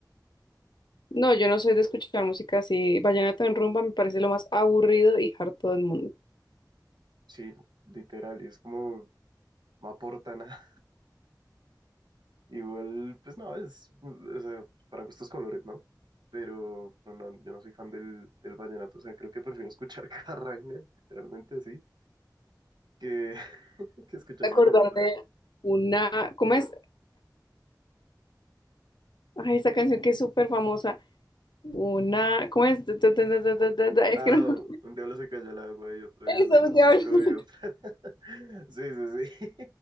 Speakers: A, on the left (about 85°); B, on the right (about 85°).
A: No, yo no soy de escuchar música así. Vallenato en rumba me parece lo más aburrido y harto del mundo.
B: Sí, literal, y es como no aporta nada. <laughs> Igual, pues no, es, o sea, para gustos colores, ¿no? Pero, pero no, yo no soy fan del, del vallenato, o sea, creo que prefiero escuchar <laughs> carranga, literalmente así, que, <laughs> que escuchar
A: Me Acordar
B: vallenato.
A: de una. ¿Cómo es? Ay, esa canción que es súper famosa. Una. ¿Cómo es? Ta, ta, ta, ta, ta, ta, ta. Es
B: Ah,
A: que no.
B: un diablo se calla el agua y otro
A: <laughs>
B: día
A: Eso,
B: lo, lo
A: diablos.
B: saco y otro. <laughs> Sí, sí, sí.